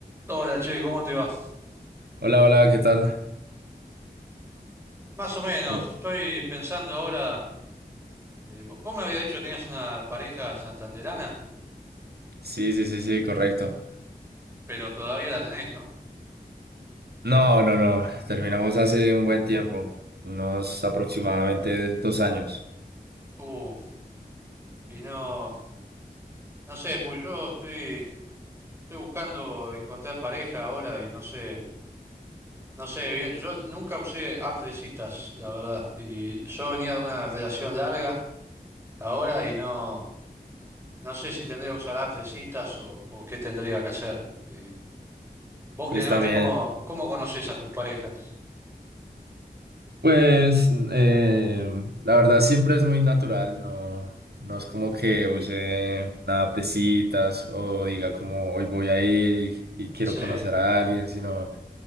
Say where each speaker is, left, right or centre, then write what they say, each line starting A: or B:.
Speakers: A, on the right (about 15°); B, on the right (about 80°).
A: Hola, che, ¿cómo te va?
B: Hola, hola, ¿qué tal?
A: Más o menos,
B: Uh,
A: estoy pensando ahora. eh, vo- vos me habías dicho que tenías una pareja santanderana,
B: sí, sí, sí, sí, correcto.
A: pero todavía la tenés, ¿no?
B: No, no, no, terminamos hace un buen tiempo, unos aproximadamente dos años.
A: Uh, y no, no sé, pues yo estoy, estoy buscando encontrar pareja ahora y no sé, no sé bien. Yo nunca usé app de citas, la verdad. Y yo venía de una relación larga ahora y no, no sé si tendría que usar app de citas o, o qué tendría que hacer. Eh, vos
B: Pues
A: generalmente,
B: también,
A: ¿cómo, cómo conoces a tus parejas?
B: pues eh, la verdad siempre es muy natural, no, no es como que use nada de citas o diga como hoy voy a ir y, y quiero
A: Sí,
B: conocer a alguien, sino